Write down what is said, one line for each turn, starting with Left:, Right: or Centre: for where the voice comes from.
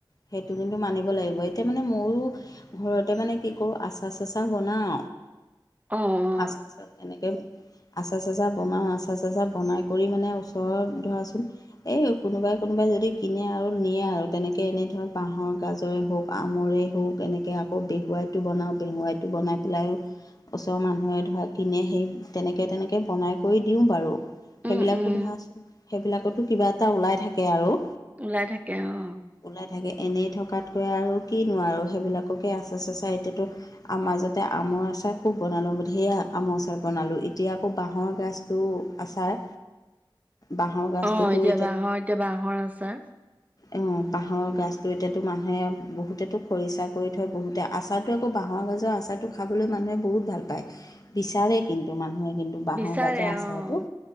Left: সেইটো কিন্তু মানিব লাগিব এতিয়া মানে মোৰো ঘৰতে মানে কি কৰোঁ আছে। আচাৰ চাচা বনাওঁ
Right: অ অ
Left: আচাৰ চা এনেকে আচাৰ চাচা বনাওঁ, আচাৰ চেচা বনাই কৰি মানে ওচৰৰত ধৰাচোন এই কোনোবাই কোনোবাই যদি কিনে আৰু নিয়ে আৰু তেনেকে এনেই ধৰক বাঁহৰ গাজৰ এইবোৰ। আমৰেই হওক এনেকৈ আকৌ বেহুৱাইটো বনাওঁ বেহুৱাইটো বনাই পেলাই ওচৰৰ মানুহে ধৰা কিনে সেই তেনেকৈ তেনেকৈ বনাই কৰি দিওঁ বাৰু।
Right: উম
Left: সেইবিলাকো
Right: উম
Left: ধৰাচোন সেইবিলাকতো কিবা এটা ওলাই থাকে আৰু।
Right: ওলাই থাকে অঁ।
Left: ওলাই থাকে এনেই থকাতকৈ আৰু কি নো আৰু সেইবিলাককে আছে চাচা এতিয়াটো মাজতে আমৰ আচাৰ খুব বনালোঁ ধেইৰ আমৰ আচাৰ বনালোঁ এতিয়া আকৌ বাঁহৰ গাজ উম আচাৰ বাহৰ গছটোতো
Right: অ
Left: এতিয়া
Right: বাঁহৰ বাঁহৰ আচাৰ
Left: অ বাঁহৰ গছটো এতিয়াতো মানুহে বহুতেতো খৰিচা কৰি থয় বহুতে আচাৰটো আকৌ বাঁহৰ গাজৰ আচাৰটো খাবলৈ মানুহে বহুত ভাল পায়। বিচাৰে কিন্তু মানুহে কিন্তু বাঁহৰ
Right: বিচাৰে
Left: গাজৰ আচাৰটো
Right: অ